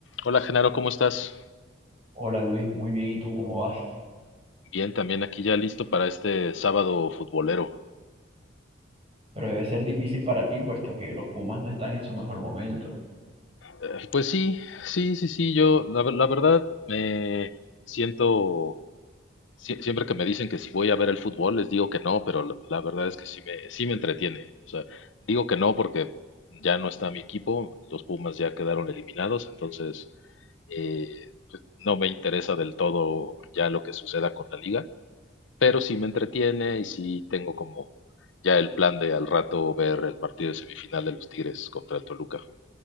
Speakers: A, on the left; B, on the right.
A: Hola Genaro, ¿cómo estás?
B: Hola Luis, muy bien, ¿y tú cómo vas?
A: Bien, también aquí ya listo para este sábado futbolero.
B: Pero debe ser difícil para ti, puesto que los Pumas no están en su mejor momento.
A: Eh, pues sí, sí, sí, sí, yo la, ver- la verdad me siento, sie- siempre que me dicen que si voy a ver el fútbol, les digo que no, pero la la verdad es que sí me, sí me entretiene. O sea, digo que no porque ya no está mi equipo, los Pumas ya quedaron eliminados, entonces eh, pues, no me interesa del todo ya lo que suceda con la liga. pero sí me entretiene y sí tengo como ya el plan de al rato ver el partido de semifinal de los Tigres contra el Toluca.